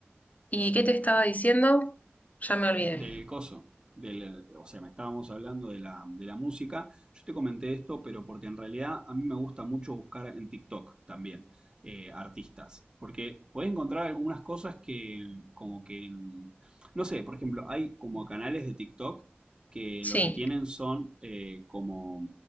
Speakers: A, on the left; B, on the right.
A: ¿Y qué te estaba diciendo? Ya me olvidé.
B: del coso. Del, o sea, me estábamos hablando de la, de la música. Yo te comenté esto, pero porque en realidad a mí me gusta mucho buscar en TikTok también eh, artistas. Porque puedes encontrar algunas cosas que como que... en- No sé, por ejemplo, hay como canales de TikTok que
A: Sí,
B: lo que tienen son eh, como